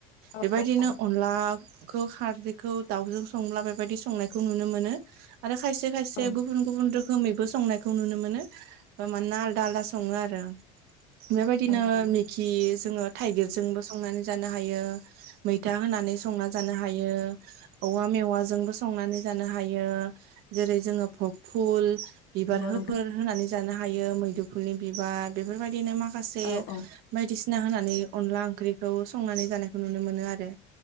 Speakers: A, on the left (about 65°); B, on the right (about 65°).
A: औ
B: बेबायदिनो
A: औ
B: अनलाखौ खारदैखौ दाउजों सं लाबायनाय बेबादि संनायखौ नुनो मोनो आरो खायसे खायसे
A: नंगौ
B: गुबुन गुबुन रो रोखोमैबो संनायखौ नुनो मोनो ओ मानोना आलदा आलदा सङो आरो बेबायदिनो
A: नंगौ
B: मिगि जोङो थाइगिरजोंबो संनानै जानो हायो। मैथा होनानै संना जानो हायो औ औवा मेवाजोंबो संनानै जानो हायो जेरै जोङो भग फुल बिबार
A: नंगौ
B: होफोर
A: नोंथां
B: होनानै जानो हायो मैदुफुलनि बिबार बेफोरबायदिनो माखासे
A: औ औ
B: बायदिसिना होनानै अनला ओंख्रिखौ संनानै जानायखौ नुनो मोनो आरो